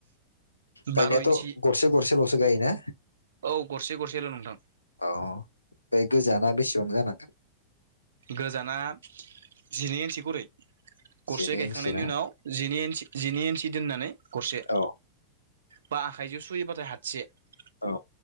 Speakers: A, on the left (about 80°); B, on the right (about 65°).
A: गायनायाथ'
B: बार' इन्सि
A: गरसे गरसेलसो गायो ना।
B: औ गरसे गरसेल' नोंथां
A: अ बे गोजाना बेसेबां जानांगो?
B: गोजाना जिनै इन्सि गरै गरसे
A: सेनो
B: गायखांनायनि
A: इन्सिना
B: उनाव जिनै इन्सि-जिनै इन्सि दोननानै गरसे।
A: औ
B: बा आखाइजों सुयोबाथाय हातसे ।
A: औ